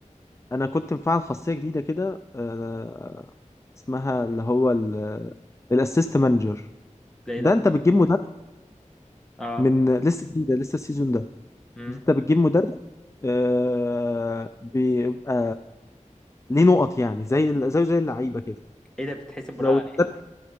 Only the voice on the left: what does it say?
انا كنت مفعل خاصية جديدة كده آه، اسمها اللي هو الاسيست مانجر
ده
انت بتجيب مدرب
من لسه جديدة لسه السيزون ده
انت بتجيب مدرب آه، بيبقى ليه نقط يعني زي زي زي اللعيبة كده
لو
المدرب